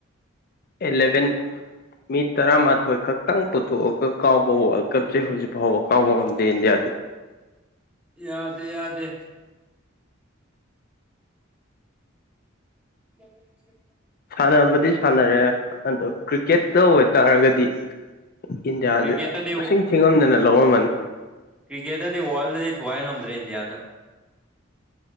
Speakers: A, on the left; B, in the centre.
A: ꯑꯦꯂꯚꯦꯟ ꯃꯤ ꯇꯔꯥꯃꯥꯊꯣꯏ ꯈꯛꯇꯪ ꯄꯨꯊꯣꯛꯑꯒ ꯀꯥꯎꯕ ꯋꯥꯔꯜ ꯀꯞꯁꯦ ꯍꯧꯖꯤꯛ ꯐꯥꯎꯕ ꯀꯥꯎꯕ ꯉꯝꯗꯦ ꯏꯟꯗꯤꯌꯥꯗꯤ
B: ꯌꯥꯗꯦ ꯌꯥꯗꯦ ꯌꯥ ꯁ
A: ꯁꯥꯟꯅꯕꯗꯤ ꯁꯥꯟꯅꯔꯦ ꯑꯗꯣ ꯀ꯭ꯔꯤꯛꯀꯦꯠꯇ ꯑꯣꯏꯇꯥꯔꯒꯗꯤ ꯏꯟꯗꯤꯌꯥꯁꯦ
B: ꯀ꯭ꯔꯤꯀꯦꯠꯇꯗꯤ
A: ꯑ ꯊꯤꯉꯝꯗꯅ ꯂꯧꯔꯝꯃꯅꯤ
B: ꯀ꯭ꯔꯤꯀꯦꯠꯇꯗꯤ ꯋꯥꯔꯜꯗꯗꯤ ꯊꯨꯒꯥꯏ ꯉꯝꯗ꯭ꯔꯦ ꯏꯟꯗꯤꯌꯥꯗ